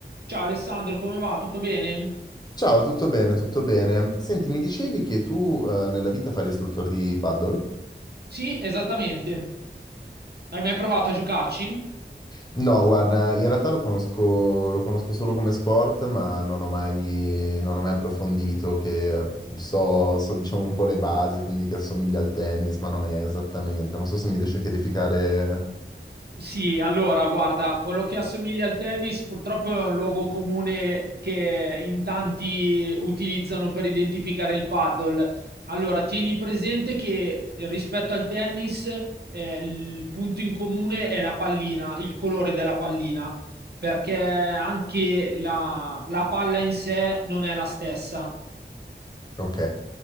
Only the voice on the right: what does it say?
Ciao Alessandro, come va? Tutto bene?
Sì, esattamente. Hai mai provato a giocarci?
Sì, allora, guarda, quello che assomiglia al tennis purtroppo è un luogo comune che in tanti utilizzano per identificare il paddle. Allora, tieni presente che rispetto al tennis, eh, il punto in comune è la pallina, il colore della pallina, perché anche la la palla in sé non è la stessa.